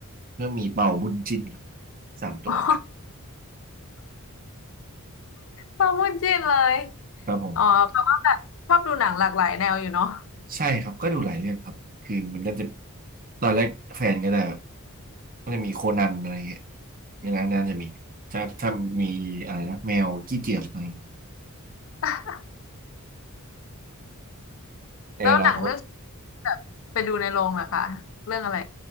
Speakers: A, on the right; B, on the left.
A: ก็มีเป่าบุญจินครับสามตัว
B: <laughs> อ๋อชอบพูดจินเลย
A: ครับผม
B: อ๋อแปลว่าแบบชอบดูหนังหลากหลายแนวอยู่เนาะ
A: ใช่ครับก็ดูหลายเรื่องครับคือมันก็จะตอนแรกแฟนก็จะก็จะมีโคนันอะไรอย่างเงี้ยในนั้นน่าจะมีถ้าถ้ามีอะไรนะแมวกี้เกียจอะไร
B: <laughs>
A: ในอนาคต
B: แล้วหนังเรื่องแบบไปดูในโรงเหรอคะเรื่องอะไร